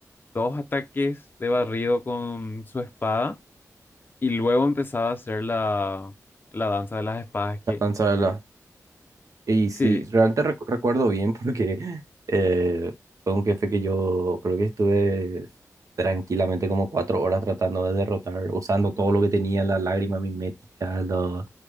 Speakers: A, on the left (about 35°); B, on the right (about 65°).
A: dos ataques de barrido con su espada, y luego empezaba a hacer la, la danza de las espadas que...
B: la lanza de la- Y
A: Sí.
B: sí, realmente recu- recuerdo bien <laughs> porque eh, fue un jefe que yo creo que estuve tranquilamente como cuatro horas tratando de derrotar, usando todo lo que tenía, la lágrima mimética, los,